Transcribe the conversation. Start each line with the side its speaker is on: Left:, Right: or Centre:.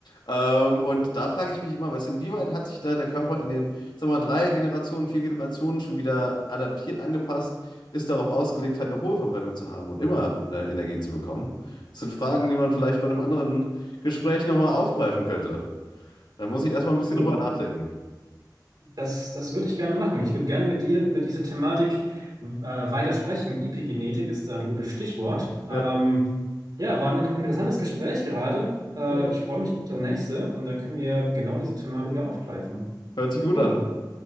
Left: Ähm, und da frage ich mich immer, was, inwieweit hat sich da der Körper in den, sag mal, drei Generationen, vier Generationen schon wieder adaptiert, angepasst, ist darauf ausgelegt, halt eine hohe Verbrennung zu haben und immer äh, Energie zu bekommen. Das sind Fragen, die man vielleicht bei einem anderen Gespräch nochmal aufgreifen könnte. Da muss ich erstmal ein bisschen
Right: Und
Left: drüber
Right: du?
Left: nachdenken.
Right: Das, das würde ich gerne machen. Ich würde gerne mit dir über diese Thematik äh, weiter sprechen. Epigenetik ist da ein gutes Stichwort. Ähm,
Left: Ja,
Right: ja, war ein inter- interessantes Gespräch gerade. Äh,
Left: ja,
Right: ich freue mich auf das nächste und dann können wir genau diese Thematik ja aufgreifen.
Left: hört sich gut
Right: Jo,
Left: an.